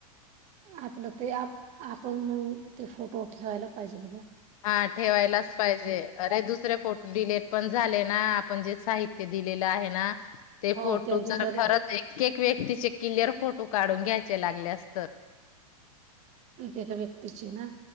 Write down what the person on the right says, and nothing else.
आपलं ते आप आपण मग ते फोटो ठेवायला पाहिजे बघ
हो
त्यांची तर
एकेका व्यक्तीची ना